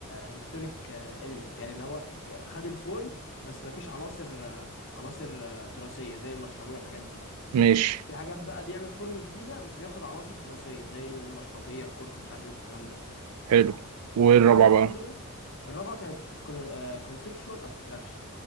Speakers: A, on the left; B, on the right.
A: هيستوريك اليمنتس يعني اللي هو آه، خد الفورم بس ما فيش عناصر آه، عناصر آه، تراثيه زي المشربيه والحاجات دي
B: ماشي
A: في حاجات بقى بيعمل فورم جديده بس بياخد عناصر تراثيه زي المشربيه الكورت مش عارف ايه الكلام ده
B: حلو وايه
A: في
B: الرابعة
A: حاجه برضو
B: بقى
A: الرابعه كانت كونسبشوال ابستراكشن